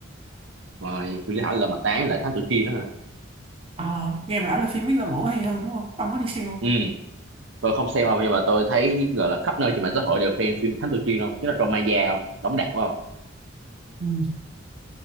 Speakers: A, on the right; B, on the right.
A: rồi Phi Lý Hải là mặt tán lại Thám Tử Kiên nữa hả
B: Ờ, nghe bảo là phim Victor Vũ hay hơn đúng không ông có đi xem không
A: ừ tôi không xem không nhưng mà tôi thấy gọi là khắp nơi trên mạng xã hội đều khen phim Thám Tử Kiên không nhất là trong Maya không đóng đạt quá không
B: Ừ.